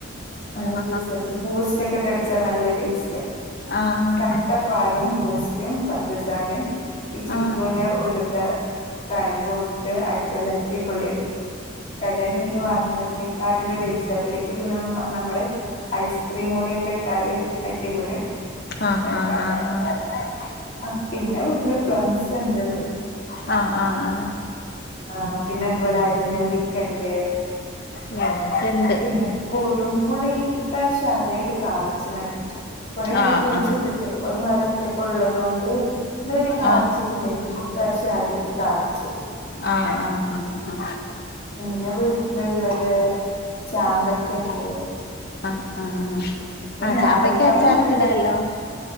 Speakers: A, on the left; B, on the left.
A: അങ്ങനെ
B: ആ ആ
A: ജ്യൂസടിച്ച് ബൂസ്റ്റൊ ഇട്ട് അടിച്ചാ നല്ല ടേസ്റ്റാ
B: ആ ആ ആ ആ
A: കട്ടപ്പാലും ബൂസ്റ്റും പഞ്ചസാരയും
B: ആ
A: ഈ
B: ആ
A: ചിക്കുവിന്റെ
B: ആ ആ ആ ആ
A: ഉള്ളപത്തെ കായം ബോട്ട് അടിച്ചാൽ അടി പൊളിയാണ് കടലിൽ നിന്ന് വാങ്ങുന്നതിനേ നാട്ടിലെ ഡേറ്റ്സ് അതിലേക്ക് പിന്നെ നമ്മള് ഐസ്ക്രീം കൂടിയൊക്കെ ഇട്ടാല് അടിപൊളിയാണ്
B: ആഹ ആഹ് ആഹ് ആഹ്
A: ആ പിന്നെ വീട്ടില് പ്ലംസ് ഉണ്ട്
B: ഹ ആ ആ
A: ആ പിന്നെ അതുപോലെ അരി നെല്ലിക്ക ഇണ്ട്
B: ഓ ഒക്കെണ്ട്
A: പിന്നെ കൊടുംപുളി ഇപ്രാവശ്യം ആദ്യായിട്ട് കാ ചിനക്ക് കുറേ
B: ആ
A: ആയി കുഴിച്ചിട്ടിട്ട്
B: ആ ആ
A: ഒരു മരം ഒറ്റകൊള്ളതുകൊണ്ട് ഇതുവരെ കായ്ച്ചിട്ടില്ല
B: ആ ആ
A: ഇനി <unintelligible> കായിച്ച്
B: ആ ആ ഹാ
A: ഞങ്ങൾടെ വീട്ടിലുള്ളത് ചാമ്പക്കയുണ്ട്
B: ആഹ് ആഹ് ആ് ആഹ
A: ഞാവൽപ്പഴം
B: ചാമ്പയ്ക്ക അച്ചാറൊക്കെ ഇടാല്ലോ